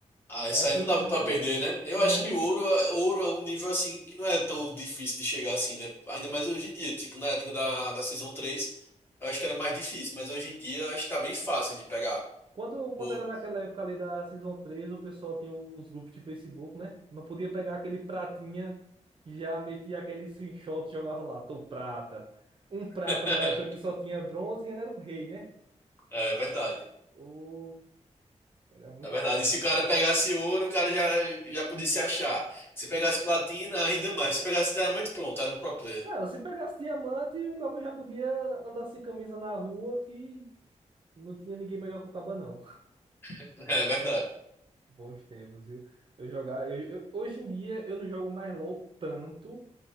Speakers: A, on the left (about 20°); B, on the right (about 45°).
A: Ah,
B: Aí
A: isso
B: eu
A: aí
B: tinha
A: não dava
B: que garantir.
A: pra perder, né? Eu
B: <laughs>
A: acho que ouro, ouro é um nível assim que não é tão difícil de chegar assim, né? Ainda mais hoje em dia, tipo na época da, da Season três eu acho que era mais difícil, mas hoje em dia eu acho que tá bem fácil de pegar
B: Quando, quando
A: o ouro.
B: era naquela época ali da Season 3 o pessoal tinha os grupos de Facebook, né? Não podia pegar aquele pratinha que já metia aquele screenshot e jogava lá, tô prata. Um prata
A: <laughs>
B: na época que só tinha bronze e ele era um rei, né?
A: É verdade.
B: O... Era muito
A: É verdade.
B: bom isso.
A: E se o cara pegasse ouro, o cara já, já podia se achar. Se pegasse platina, ainda mais. Se pegasse diamante, pronto, era um pro player.
B: cara. Ah, se pegasse diamante, o cabo já podia andar sem camisa na rua que não tinha ninguém melhor que o cabo, não.
A: <laughs> É verdade.
B: Bons tempos, viu? Eu jogar, eu- eu- hoje em dia eu não jogo mais LOL tanto